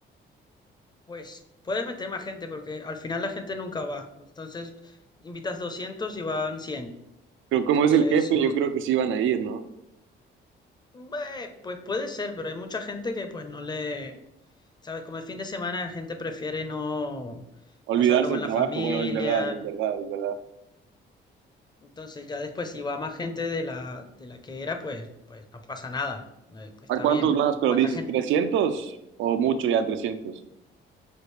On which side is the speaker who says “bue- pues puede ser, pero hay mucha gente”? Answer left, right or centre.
Left